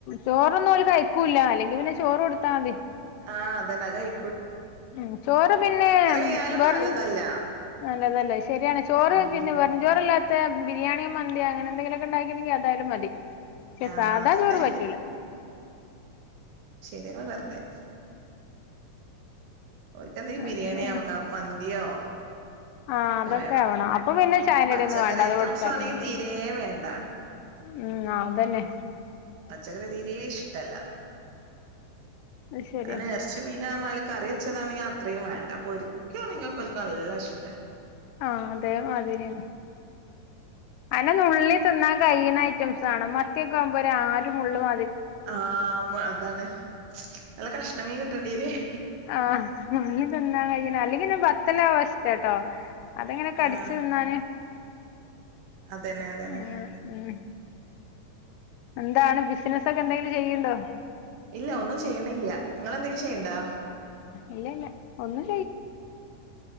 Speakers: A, on the left; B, on the right.
A: ചോറൊന്നും കഴിക്കൂല്ല അല്ലെങ്കിൽ പിന്നെ ചോറ കൊടുത്ത മതി
B: അ അതന്നെ കഴി
A: ഉ ചോറ് പിന്നെ
B: ആയാലും
A: വെറും
B: നല്ലതല്ല
A: നല്ലതല്ലേ ശരിയാണ് ചോറ്
B: ഉം
A: പിന്നെ വെറുചോറു ചോറ് അല്ലാത്തെ ബിരിയാണിയോ മന്തി അങ്ങനെ എന്തെങ്കിലുമൊക്കെ ഉണ്ടാക്കിനെ അതായാലും മതി പക്ഷെ
B: ആഹ്
A: സാധാ
B: അതന്നെ
A: ചോറ് പറ്റൂല
B: ശരിയങ്ങൾ പറഞ്ഞെ ഓൽക്കെന്തെങ്കിലും
A: ആ
B: ബിരിയാണിയോ
A: അങ്ങനെ ആണ്
B: ക മന്തിയോ ഒക്കെ
A: അ ആ അതൊക്കെ
B: വേണം
A: ആവണം അപ്പൊ പിന്നെ ചായയും
B: പച്ചക്കറി
A: കടിയും ഒന്നും വേണ്ട അത്
B: ഐറ്റംസ്
A: കൊടുത്താലും
B: ആണെങ്കി
A: മതി
B: തീരെ വേണ്ട
A: ഉ തന്നെ
B: പച്ചക്കറി തീരെ ഇഷ്ടല്ല
A: അത് ശരിയാ
B: അനെ ഇറച്ചി മീനും എന്നാല് കറി വെച്ചതാണെങ്കിൽ അത്രയും വേണ്ട പൊരിക്കാനെങ്കിൽ ഓൽക്ക്‌ നല്ല ഇഷ്ടാ.
A: ആ അതേമാതിരി അനെ നുള്ളി തിന്നാൻ കഴിയുന്ന ഐറ്റംസ് ആവണം മറ്റേ പോ ആരുമുള്ളും
B: ആ അതാണ് നല്ല കഷ്ണമീൻ കിട്ടേണ്ടിവരും
A: ആ തിന്നാ കഴിനാ അല്ലേ ബത്തലാഇഷ്ടം കേട്ടോ അതെങ്ങനെൊക്കെ
B: ആഹ്
A: അരിച്ചു തിന്നാന്.
B: അതന്നെ അതന്നെ
A: ഉം ഉം എന്താണ് ബിസിനസൊക്കെ എന്തെങ്കിലും ചെയ്യ്ണ്ടോ
B: ഇല്ല ഒന്നും ചെയ്യണില്ല നിങ്ങളെ ന്തെങ്കിലും ചെയ്യ്ണ്ടോ
A: ഇല്ല ഇല്ല ഒന്നും